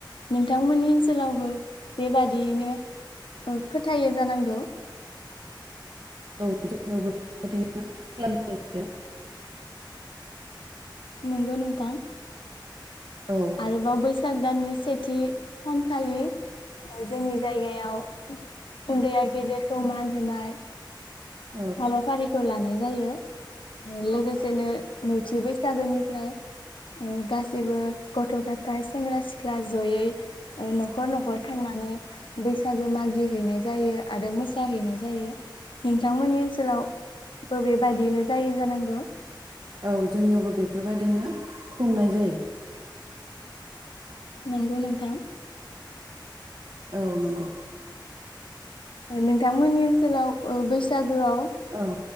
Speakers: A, on the left; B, on the right.
A: नोंथांमोननि ओनसोलावबो बेबादियैनो ओ फोथायो जानांगौ।
B: औ जोंनियावबो बेबायदिनो खालामनाय जायो
A: नंगौ नोंथां।
B: औ
A: आरोबाव
B: औ
A: बैस साग दाननि सेथि सानखालि ओ जोंनि जायगायाव उन्दैया गेदेरखौ मान होनाय।
B: औ
A: हाबाफारिखौ लानाय जायो उम लोगोसेनो नैथि बैसागोनिफ्राय ओ गाैबो गथ' गथायाइ सेंग्रा सिख्ला जयै ओ न'खर न'खर थांनानै बैसागो मागि हैैनाय जायो आरो मोसाहैनाय जायो नों थांमोननि ओनसोलाव बो बेे बादियैनो जायो जानांगौ
B: औ जोंनियावबो बेफोरबायदिनो खुंनाय जायो
A: नंगौ नोंथां
B: औ नंगौ
A: नोंथांमोननि ओनसोलाव ओ बैसागोआव
B: औ